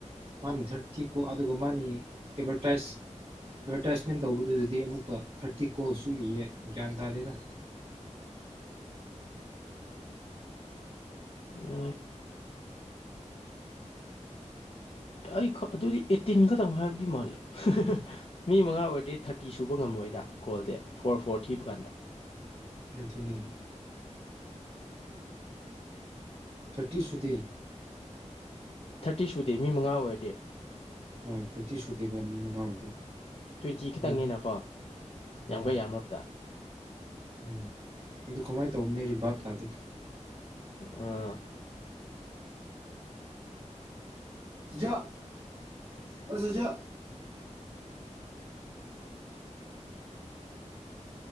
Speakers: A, on the right; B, on the left.
A: ꯃꯥꯅ ꯊꯥꯔꯇꯤ ꯀꯣ ꯑꯗꯨꯒ ꯃꯥꯅꯤ ꯑꯦꯗꯚꯔꯇꯥꯏꯁ ꯑꯦꯠꯚꯔꯇꯥꯏꯁꯃꯦꯟ ꯇꯧꯕꯗꯨꯗꯗꯤ ꯑꯃꯨꯛꯀ ꯊꯥꯔꯇꯤ ꯀꯣꯁꯨ ꯏꯌꯦ ꯆꯗꯥꯗꯗ
B: ꯎ ꯑꯩ ꯑꯗꯨꯗꯤ ꯑꯦꯠꯇꯤꯟ ꯈꯛꯇꯪ ꯍꯥꯏꯕꯗꯤ ꯃꯥꯜꯂꯦ ꯃꯤ ꯃꯉꯥ ꯑꯣꯏꯔꯗꯤ ꯊꯥꯔꯇꯤ ꯁꯨꯕ ꯉꯝꯃꯣꯏꯗ ꯀꯣꯜꯗꯤ ꯐꯣꯔ ꯐꯣꯔ ꯊꯤꯕ ꯀꯥꯟꯗ
A: <unintelligible>
B: ꯂꯥꯏꯔꯤꯛ
A: ꯊꯔꯇꯤ ꯁꯨꯗꯦ
B: ꯊꯔꯇꯤ ꯁꯨꯗꯦ ꯃꯤ ꯃꯉꯥ ꯑꯣꯏꯔꯗꯤ
A: ꯍꯣꯏ ꯊꯔꯇꯤ ꯁꯨꯗꯦꯕ ꯃꯤ ꯃꯉꯥ ꯑꯣꯏꯔꯗꯤ
B: ꯇ꯭ꯋꯦꯟꯇꯤ ꯈꯛꯇꯪꯅꯤꯅꯀꯣ
A: ꯑꯗꯨ ꯎꯝ
B: ꯌꯝꯒꯔ꯭ꯦ ꯌꯥꯝ <unintelligible>
A: ꯎꯝ ꯑꯗꯨ ꯀꯃꯥꯏꯅ ꯇꯧꯕꯅꯣ ꯑꯩꯁꯨ ꯚꯥꯞ ꯇꯥꯗꯦ
B: ꯑ <inaudible>
A: ꯌꯥꯥꯥ <unintelligible>